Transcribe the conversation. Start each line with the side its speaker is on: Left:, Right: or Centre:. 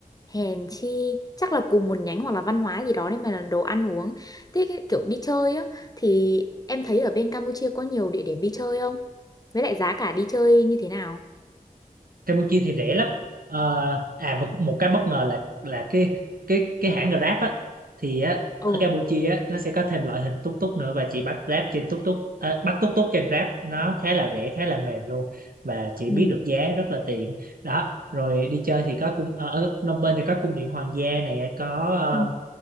Left: hèn chi chắc là cùng một nhánh hoặc là văn hóa gì đó đấy mà là đồ ăn uống thế cái kiểu đi chơi á thì em thấy ở bên Campuchia có nhiều địa điểm đi chơi không với lại giá cả đi chơi như thế nào
Right: Campuchia thì rẻ lắm Ờ, à và một cái bất ngờ là là cái cái cái hãng Grab á thì á
Left: ừ
Right: ở Campuchia á nó sẽ có thêm loại hình túc túc nữa và chị bắt Grab trên túc túc à, bắt túc túc trên Grab nó khá là rẻ khá là mềm luôn và chị
Left: Ừ.
Right: biết được giá rất là tiện đó rồi đi chơi thì có cung ờ, ở Phnom Penh thì có cung điện hoàng gia này có ờ,
Left: ừ.